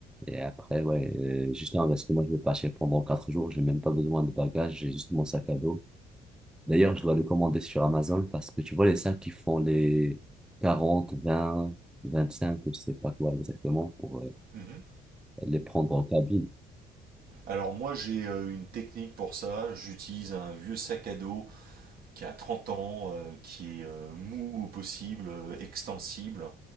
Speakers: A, in the centre; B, on the right (about 60°).
A: Et après, ouais, euh, justement, parce que moi, je vais partir pendant 4 jours, j'ai même pas besoin de bagages, j'ai juste mon sac à dos. D'ailleurs, je dois le commander sur Amazon parce que tu vois, les sacs qui font les quarante vingt 20, 25, je sais pas quoi exactement, pour euh,
B: mhm.
A: les prendre en cabine.
B: Alors, moi, j'ai euh, une technique pour ça. J'utilise un vieux sac à dos qui a 30 ans, euh, qui est euh, mou au possible, euh, extensible.